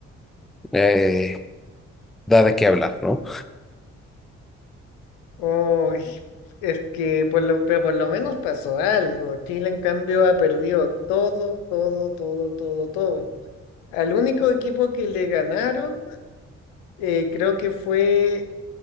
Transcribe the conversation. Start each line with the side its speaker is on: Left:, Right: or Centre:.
Centre: eh, da de qué hablar, ¿no?
Left: Uy, es que por lo, pero por lo menos pasó algo. Chile, en cambio, ha perdido todo, todo, todo, todo, todo. Al único equipo que le ganaron, eh, creo que fue,